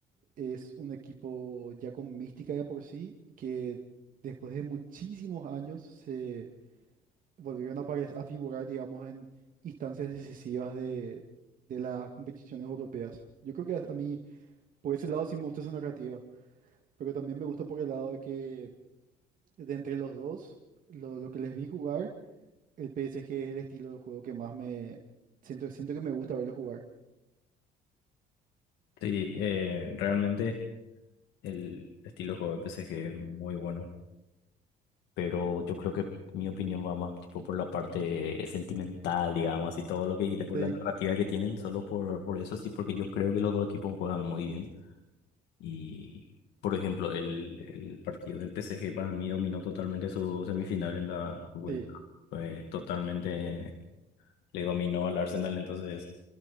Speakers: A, on the right; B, on the left.
A: Es un equipo ya con mística de por sí, que después de muchísimos años se volvieron a, apare- a figurar, digamos, en instancias decisivas de, de las competiciones europeas. Yo creo que a a mí, por ese lado, sí me gusta esa narrativa, pero también me gusta por el lado de que de entre los dos, lo, lo que les vi jugar, el PSG es el estilo de juego que más me siento, siento que me gusta verlo jugar.
B: Sí, eh, realmente el estilo de juego de PSG es muy bueno, pero yo creo que mi opinión va más tipo por la parte sentimental, digamos, y todo lo que dijiste por
A: Sí,
B: la narrativa que tienen, solo por, por eso sí, porque yo creo que los dos equipos juegan muy bien. Y, por ejemplo, el, el partido del PSG para mí dominó totalmente su semifinal en la vuelta.
A: sí.
B: Fue totalmente le dominó al Arsenal, entonces